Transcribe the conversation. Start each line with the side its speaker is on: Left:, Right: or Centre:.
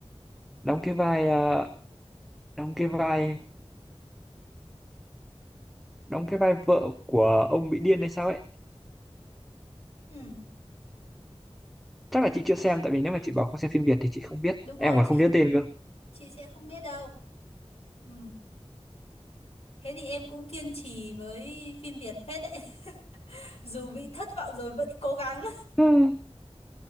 Centre: đóng cái vai ờ, đóng cái vai đóng cái vai vợ của ông bị điên hay sao ấy
Left: Ừ,
Centre: chắc là chị chưa xem tại vì nếu mà chị bảo không xem phim Việt thì chị không biết
Left: đúng
Centre: em
Left: rồi,
Centre: còn
Left: chị
Centre: không nhớ tên
Left: chị sẽ không biết đâu. Ừ, thế thì em cũng kiên trì với phim Việt phết đấy. <laughs> Dù bị thất vọng rồi vẫn cố gắng.
Centre: <laughs>